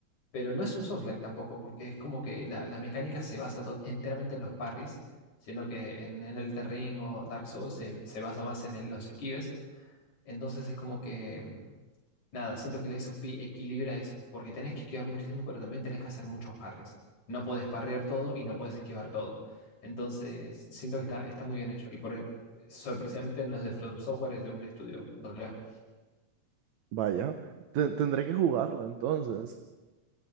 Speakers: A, on the left; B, on the right.
A: pero no es un Souls-like tampoco, porque es como que la, la mecánica se basa to- enteramente en los parries, siendo que en, en Elden Ring o Dark Souls se, se basa más en el- los esquives. Entonces es como que, nada, siento que el Ace of P equilibra eso, porque tenés que esquivar muchísimo, pero también tenés que hacer muchos parries. No podés parrear todo y no podés esquivar todo. Entonces siento que está, está muy bien hecho. Y por, sorpresivamente no es de From Software, es de un estudio AA.
B: Vaya, te- tendré que jugarlo entonces.